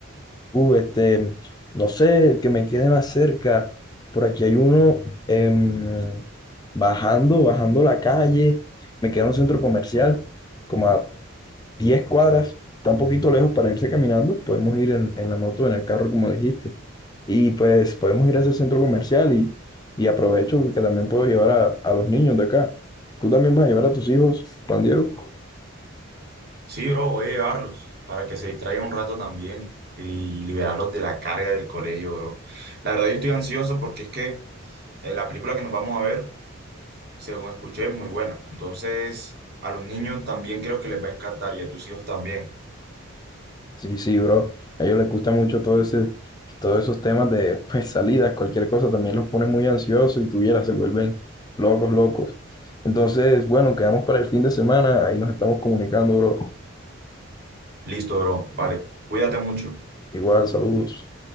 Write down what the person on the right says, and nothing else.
Sí, bro, voy a llevarlos para que se distraigan un rato también y liberarlos de la carga del colegio, bro. La verdad, yo estoy ansioso porque es que eh, la película que nos vamos a ver, según escuché, es muy buena. Entonces, a los niños también creo que les va a encantar y a tus hijos también.
Listo, bro. Vale, cuídate mucho.